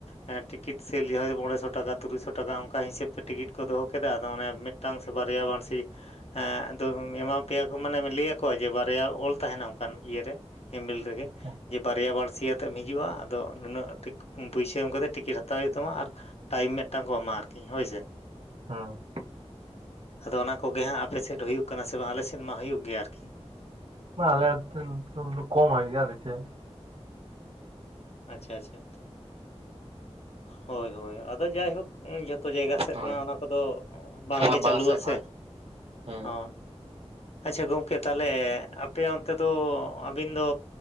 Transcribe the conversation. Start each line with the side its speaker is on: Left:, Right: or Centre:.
Left: ᱦᱮᱸ ᱴᱤᱠᱤᱴ ᱥᱮᱞ ᱢᱚᱬᱮᱥᱚ ᱴᱟᱠᱟ ᱛᱩᱨᱩᱭ ᱥᱚ ᱴᱟᱠᱟ ᱚᱱᱠᱟ ᱦᱤᱥᱟᱹᱵᱽ ᱛᱮ ᱴᱤᱠᱤᱴ ᱠᱚ ᱫᱚᱦᱚ ᱠᱮᱫᱟ ᱟᱫᱚ ᱚᱱᱮ ᱢᱤᱫ ᱢᱤᱫᱴᱟᱝ ᱥᱮ ᱵᱟᱨᱭᱟ ᱵᱟᱹᱲᱥᱤ ᱟᱫᱚ ᱮᱢᱟ ᱯᱮᱭᱟ ᱠᱚ ᱢᱟᱱᱮ ᱞᱟᱹᱭ ᱟᱠᱚᱣᱟ ᱡᱮ ᱵᱟᱨᱭᱟ ᱚᱞ ᱛᱟᱦᱮᱱᱟ ᱚᱱᱠᱟᱱ ᱤᱭᱟᱹᱨᱮ ᱦᱮᱱᱵᱤᱞ ᱨᱮᱜᱮ
Right: ᱥᱮ
Left: ᱡᱮ ᱵᱟᱨᱭᱟ ᱵᱟᱹᱲᱥᱤ ᱟᱛᱮ ᱢᱤᱜ ᱦᱤᱡᱩᱜᱼᱟ ᱟᱫᱚ ᱱᱩᱱᱟᱹᱜ ᱯᱩᱭᱥᱟᱹ ᱮᱢ ᱠᱟᱛᱮᱫ ᱴᱤᱠᱤᱴ ᱦᱟᱛᱟᱣ ᱦᱩᱭᱩᱜ ᱛᱟᱢᱟ, ᱟᱨ ᱴᱟᱭᱤᱢ ᱢᱤᱫᱴᱟᱝ ᱠᱚ ᱮᱢᱟ ᱟᱨᱠᱤ ᱦᱳᱭ ᱥᱮ᱾
Right: ᱦᱩᱸ ᱾
Left: ᱟᱫᱚ ᱚᱱᱟ ᱠᱚᱜᱮ ᱦᱟᱸᱜ ᱟᱯᱮ ᱥᱮᱫ ᱦᱩᱭᱩᱜ ᱠᱟᱱᱟ ᱥᱮ ᱵᱟᱝ ᱟᱞᱮ ᱥᱮᱫ ᱢᱟ ᱦᱩᱭᱩᱜ ᱜᱮᱭᱟ ᱟᱨᱠᱤ ᱾
Right: <inaudible>
Left: ᱟᱪᱪᱷᱟ ᱟᱪᱪᱷᱟ᱾ ᱦᱳᱭ ᱦᱳᱭ ᱟᱫᱚ ᱡᱟᱭᱦᱳᱠ᱾ ᱡᱷᱚᱛᱚ ᱡᱟᱭᱜᱟ ᱥᱮᱫ
Right: ᱦᱳᱭ
Left: ᱢᱟ ᱚᱱᱟ ᱠᱚᱫᱚ, ᱵᱟᱝᱜᱮ
Right: ᱥᱚᱢᱟᱱ
Left: ᱪᱟᱹᱞᱩ
Right: ᱵᱟᱝ ᱥᱮ
Left: ᱟᱥᱮ
Right: ᱦᱳᱭ ᱦᱩᱸ
Left: ᱦᱳᱭ᱾ ᱟᱪᱪᱷᱟ ᱜᱚᱝᱠᱮ ᱛᱟᱦᱟᱞᱮ ᱟᱯᱮ ᱚᱱᱛᱮ ᱫᱚ ᱟᱹᱵᱤᱱ ᱫᱚ